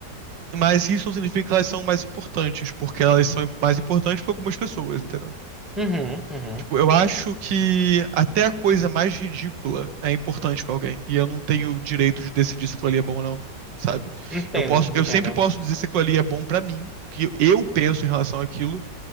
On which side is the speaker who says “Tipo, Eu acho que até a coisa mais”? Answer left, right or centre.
Right